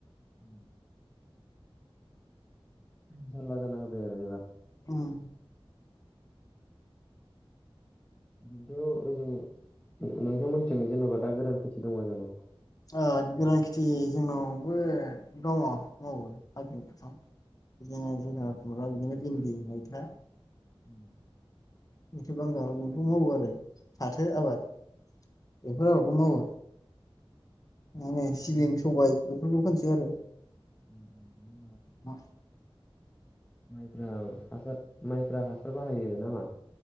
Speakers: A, on the left; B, on the left.
A: उम जालला जाना होबाय आरो इबार
B: ओं
A: बेथ' ओजों नोंथांमोनथिं जेन'बा दा गोरान खेथि दङ जानो'
B: औ गोरान खेथि जोंनावबो दङ मावो <unintelligible> जोंहा जोंहाफुरा बिदिनो भिन्दि मैथा
A: उम
B: मैथा बांगाल बेफोरखौ मावो आरो फाथो आबाद बेफोर आबादखौ मावो मा होनो
A: खेथि
B: सिबिं सबाय बेफोरखौ फोनसै आरो
A: उम उम उम
B: मा
A: माइफ्रा हासार माइफ्रा हासार बाहायो नामा